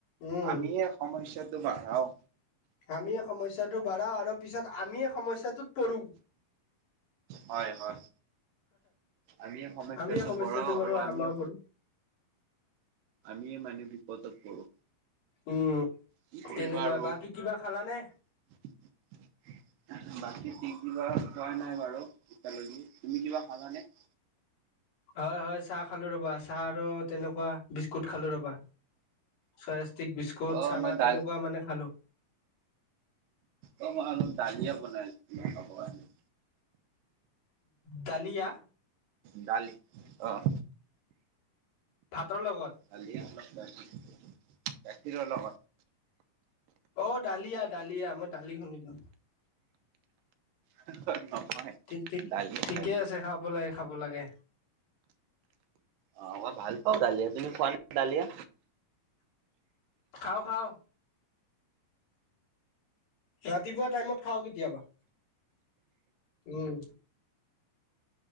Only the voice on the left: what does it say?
উম
আমি সমস্যাটো বাঢ়াও আৰু পিছত আমিয়ে সমস্যাটোত পৰো।
আমিয়ে
বাৰু
আমাৰ পৰো
উম
তেনেকুৱা,
বাকী কিবা খালানে?
হয় হয় চাহ খালো ৰবা, চাহ আৰু তেনেকুৱা বিস্কুট খালো ৰবা। চয়াস্তিক, বিস্কুট,
চানা
তেনেকুৱা
মানে খালো।
ডালিয়া?
ভাতৰ লগত?
অ দালিয়া - দালিয়া মই দালি শুনিলো।
ঠিক ঠিক
ঠিকে
আছে খাব লাগ খাব লাগে।
খাও খাও। ৰাতিপুৱা টাইমত খাও কেতিয়াবা, উম।